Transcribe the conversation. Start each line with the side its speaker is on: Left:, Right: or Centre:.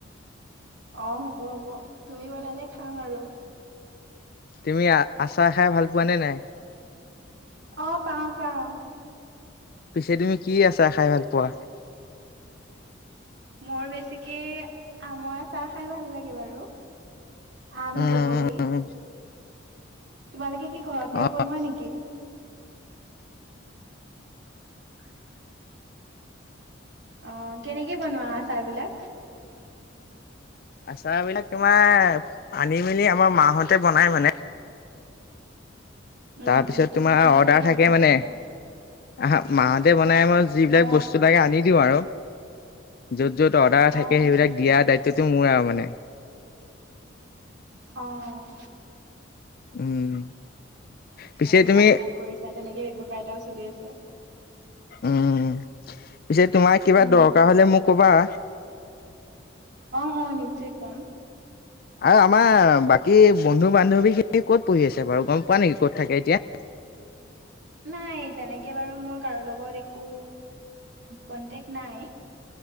Right: অহ, হ'ব -হ'ব তুমি বনালে খাম আৰু।
Left: তুমি আ -আচাৰ খাই ভাল পোৱা নে নাই?
Right: অহ, পাওঁ -পাওঁ।
Left: পিছে তুমি কি আচা খাই ভাল পোৱা?
Right: মোৰ বেছিকে আমৰ আচাৰ খাই ভাল লাগে বাৰু। আম,
Left: উম
Right: বগৰী তোমালোকে কি ঘৰতে
Left: অ
Right: বনোৱা নেকি? খাই বোলে অ কেনেকে বনোৱা চাহ বিলাক?
Left: আচাৰ বিলাক তোমাৰ আনি মেলি আমাৰ মাহতে বনাই মানে।
Right: উম
Left: তাৰপিছত
Right: উম তুমি
Left: তোমাৰ
Right: মানে
Left: অৰ্ডাৰ
Right: চাগে ভালকে
Left: থাকে মানে
Right: নাজানা
Left: আহা মাহ নাই মই য বিলাক
Right: অ
Left: বস্তু লাগে আনি দিওঁ আৰু য'ত, য'ত অৰ্ডাৰ থাকে
Right: অ আচ্ছা
Left: সেইবিলাক
Right: আচ্ছা
Left: দিয়া দায়িত্বটো মোৰ আও মানে।
Right: আহ
Left: উম
Right: ভাল
Left: পিছে
Right: ভাল
Left: তুমি
Right: ভাল কৰিছা তেনেকে ব্যৱসায় এটাও চলি আছে।
Left: উম, পিছে তোমাৰ কিবা
Right: উম
Left: দৰকাৰ হ'লে মোক কবা।
Right: অঁ, অঁ নিশ্চয় কম।
Left: আৰু আমাৰ বাকি বন্ধু- বান্ধৱী খিনি ক'ত পঢ়ি আছে বাৰু গম পোৱা নেকি ক'ত থাকে এতিয়া?
Right: নাই তেনেকে বাৰু মোৰ কাৰো লগত একো কন্টেক্ট নাই?